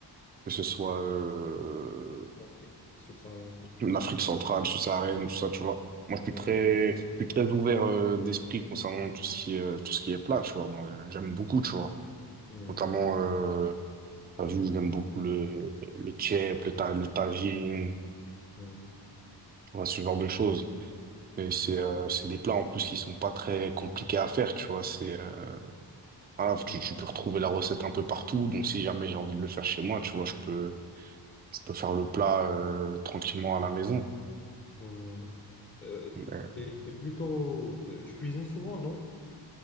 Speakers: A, on the right (about 25°); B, on the left (about 30°).
A: que ce soit, euh,
B: l'Afrique subsaharienne.
A: l'Afrique centrale, subsaharienne, tout ça, tu vois. Moi, je suis
B: Ouais.
A: très, je suis très ouvert, euh, d'esprit concernant tout ce qui, est- euh, tout ce qui est plat, tu vois. Moi, euh, j'aime beaucoup, tu vois.
B: Mhm.
A: Notamment, euh, t'as vu, j'aime beaucoup le, le tchèp, le, ta- le tagine,
B: Oui,
A: tu vois, ce genre de choses. Et c'est euh, c'est des plats en plus qui sont pas très compliqués à faire, tu vois. C'est euh, voilà,
B: Mhm.
A: tu, tu peux retrouver la recette un peu partout. Donc si jamais j'ai envie de le faire chez moi, tu vois, je peux je peux faire le plat euh, tranquillement à la maison.
B: oui, oui. Euh,
A: Mais,
B: t'es, t'es plutôt... t'es- Tu cuisines souvent, non?